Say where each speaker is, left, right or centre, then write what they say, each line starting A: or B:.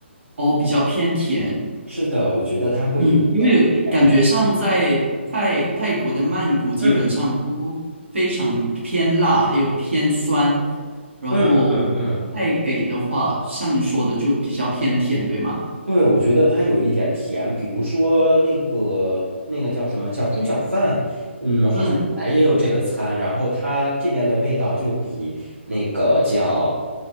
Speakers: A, on the right; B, on the right.
A: 哦，比较偏甜，
B: 是的，我觉得它会有一点甜。
A: 嗯，因为感觉上在泰泰国的曼谷基本上都非常偏辣，
B: 嗯
A: 还有偏酸，然后泰北的话，
B: 嗯嗯嗯，
A: 像你说的就比较偏甜，对吗？
B: 对，我觉得它有一点甜，比如说那个那个叫什么叫猪脚饭，嗯，好像本来也有这个餐，
A: 嗯，
B: 然后它这边的味道就比那个叫